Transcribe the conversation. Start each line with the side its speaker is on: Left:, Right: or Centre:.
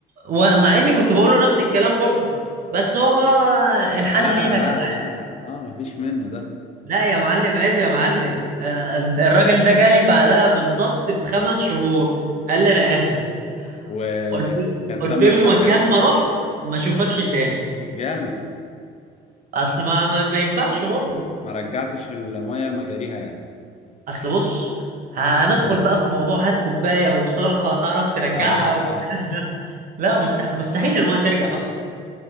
Right: ومع اني كنت بقوله نفس الكلام برضه بس هو بقى انحاز
Left: لا
Right: ليها
Left: لا
Right: كان
Left: لا اه مفيش منه ده
Right: لا يا معلم عيب يا معلم آه، الراجل ده جالي بعدها بالظبط بخمس شهور قال لي انا اسف
Left: وكان
Right: قلت قلت
Left: تم
Right: له
Left: الفركشة
Right: مكان ما رحت ما اشوفكش تاني
Left: جامد
Right: اصل ما ما, ما ينفعش برضه
Left: ما رجعتش المية لمجاريها يعني
Right: اصل بص هندخل بقى في موضوع هات كوبايه واكسرها تعرف ترجعها
Left: اه
Right: و...
Left: اه
Right: <laughs> لا مستح... مستحيل المايه ترجع اصلا